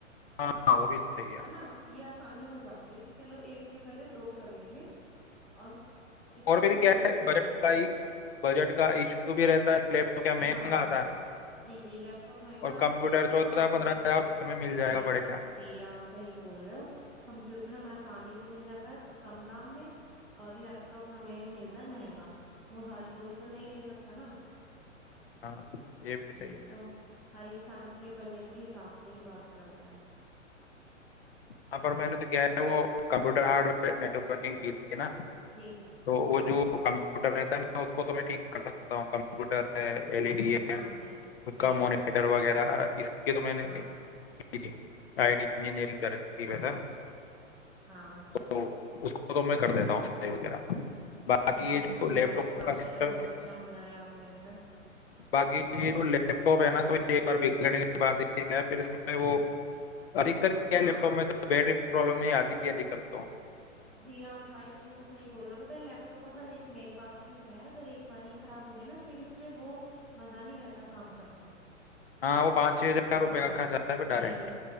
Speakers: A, on the left; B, in the centre.
A: ہاں ہاں وہ بھی صحیح ہے
B: نا یہ آسانی ہو جاتی ہے کہ چلو ایک کے بلے دو کر لیں گے اور اس میں
A: اور پھر
B: سہولت
A: کیا ہے
B: ہو جائے
A: بجٹ
B: گی
A: کا ہی بجٹ کا ایشو بھی رہتا ہے لیپ ٹاپ کیا مہنگا
B: ہاں
A: آتا ہے
B: جی جی لیپ ٹاپ مہنگا
A: اور کمپیوٹر
B: آتا ہے
A: چودہ
B: اور کمپیوٹر
A: پندرہ ہزار میں مل جائے
B: جی
A: گا بڑے
B: جی
A: گا
B: جی آپ صحیح بول رہے ہو کمپیوٹر ہمیں ایس پانی سے مل جاتا ہے کم دام میں اور لیپ ٹاپ ہمیں ملتا ہے مہنگا تو ہر کوئی تو نہیں لے سکتا نا
A: ہاں یہ بھی
B: جی
A: صحیح ہے
B: تو ہر انسان اپ بجٹ کے حساب سے ہی بات کرتا ہے
A: ہاں پر میں نے تو کیا ہے وہ computer hardware networking کی تھی نا
B: جی جی جی
A: تو وہ جو ک کمپیوٹر رہتا ہے نا اس کو تو میں ٹھیک کر سکتا ہوں کمپیوٹر ہے ایل ای ڈی ہے
B: ہاں جی
A: اس
B: جی
A: کا
B: جی
A: موانیٹر وغیرہ اس یہ تو میں نے
B: ہاں
A: ج آئیٹی انجینئرنگ کر کی ویسا
B: ہاں
A: تو اس کو تو میں کر دیتا ہوں صائی وغیرہ باقی
B: بہت
A: یہ جو
B: اچھی
A: لیپ
B: بات
A: ٹاپ
B: ہے ماشاء
A: کا سسٹم
B: اللہ بہت اچھا ہنر ہے آپ کے اندر
A: باقی یہ جو لیپ ٹاپ ہے نا تو ایک بار بک لینے کے بعد ہے پھر اس میں وہ ادکتر کیا
B: ہاں
A: لیپ ٹاپ میں تو بیٹری پرابلم ہی آتی د کرل تو
B: جی آپ بھائی بالکل صحی بول رہے ہو پت لیپ ٹاپ پر گھر میرے پاس بھی ہے اگر ایک بار خراب ہو گیا نا پھر اس میں وہ مزہ نہیں رہتا کام کرنے میں
A: ہاں وہ پانچ چھ ہزار روپئے
B: ہاں
A: کا خرچ آ پ
B: جی
A: ڈائریکٹ